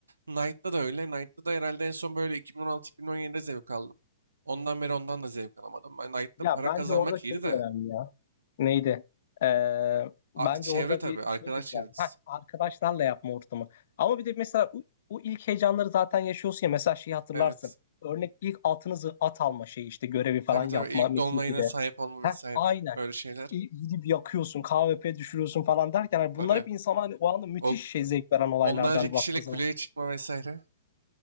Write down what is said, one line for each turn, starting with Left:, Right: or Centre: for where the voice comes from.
Right: Knight'ta da öyle. Knight'ta da herhalde en son böyle 2016-2017'de zevk aldım. Ondan beri ondan da zevk alamadım. Ben Knight'ta
Left: Ya
Right: para
Left: bence
Right: kazanmak
Left: orada şey
Right: iyiydi de.
Left: de önemli ya. Neydi? Ee,
Right: A-
Left: bence
Right: çevre
Left: orada
Right: tabii,
Left: bir
Right: arkadaş
Left: şey de güzeldi.
Right: çevresi.
Left: Heh, arkadaşlarla yapma ortamı. Ama bir de mesela o, o ilk heyecanları zaten yaşıyorsun ya. Mesela şeyi hatırlarsın.
Right: Evet.
Left: Örnek ilk altınızı at alma şeyi işte görevi falan
Right: Tabii
Left: yapma
Right: tabii ilk
Left: Metin
Right: dolunayına
Left: 2'de.
Right: sahip olma
Left: Heh,
Right: vesaire.
Left: aynen.
Right: Öyle şeyler.
Left: İ- Gidip yakıyorsun, KVP düşürüyorsun falan derken hani
Right: Tabii.
Left: bunlar hep insana hani o anda müthiş
Right: O
Left: şey zevk veren olaylardan
Right: onlarca kişiyle
Left: baktığı zaman.
Right: kuleye çıkma vesaire.